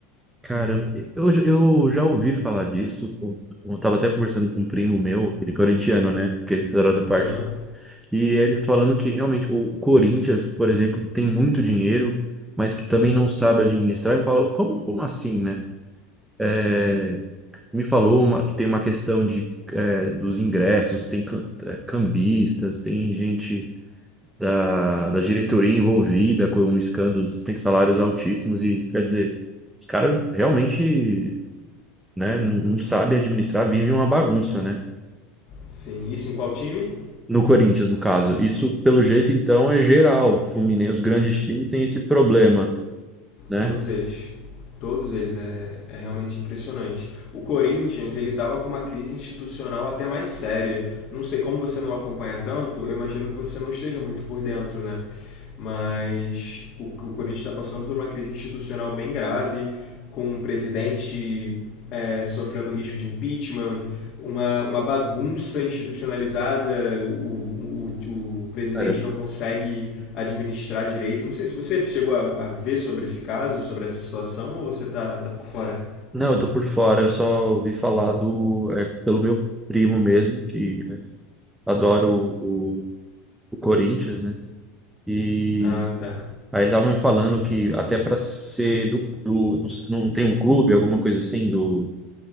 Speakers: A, in the centre; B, on the left.
A: caramba. Eu, já- eu já ouvi falar disso. Eu, eu tava até conversando com um primo meu, aquele corintiano, né? Que era da parte.
B: Uhum.
A: E eles falando que realmente o Corinthians, por exemplo, tem muito dinheiro, mas que também não sabe administrar. Eu falo, como, como assim, né? É, me falou uma- que tem uma questão de, é, dos ingressos, tem cam- é, cambistas, tem gente. da, da diretoria envolvida com escândalos, tem salários altíssimos e, quer dizer, os caras realmente, né, não, não sabem administrar, vivem uma bagunça, né?
B: Sim. Isso em qual time?
A: No Corinthians, no caso. Isso, pelo jeito, então, é geral. Fluminense, os grandes times têm esse problema, né?
B: Todos eles. Todos eles. É, é realmente impressionante. O Corinthians, ele tava com uma crise institucional até mais séria. Não sei como você não acompanha tanto, eu imagino que você não esteja muito por dentro, né? Mas o, o Corinthians está passando por uma crise institucional bem grave, com o presidente é, sofrendo risco de impeachment, uma, uma bagunça institucionalizada, o, o, o presidente
A: Cara, eu-
B: não consegue administrar direito. Não sei se você chegou a, a ver sobre esse caso, sobre essa situação, ou você tá, tá por fora?
A: não, eu tô por fora, eu só ouvi falar do, é, pelo meu primo mesmo, que né, adora o, o o Corinthians, né? E
B: Ah, tá.
A: Aí ele tava me falando que até para ser do, do- não tem um clube, alguma coisa assim do,